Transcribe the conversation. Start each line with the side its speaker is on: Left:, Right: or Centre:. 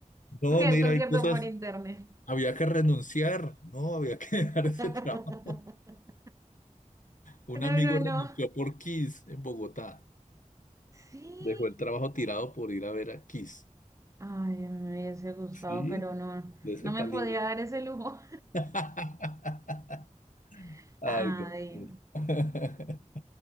Left: No,
Right: me vi el
Left: mira,
Right: concierto
Left: hay cosas.
Right: por internet.
Left: Había que renunciar, no, había que <laughs> dejar
Right: <laughs>
Left: ese trabajo. Un
Right: No,
Left: amigo
Right: no,
Left: renunció
Right: no.
Left: por Kiss en Bogotá.
Right: Sí.
Left: Dejó el trabajo tirado por ir a ver a Kiss.
Right: Ay, me hubiese gustado,
Left: Sí,
Right: pero no,
Left: de ese
Right: no me
Left: calibre.
Right: podía dar ese lujo.
Left: <laughs>
Right: <laughs>
Left: Ay,
Right: Ay.
Left: no. <laughs>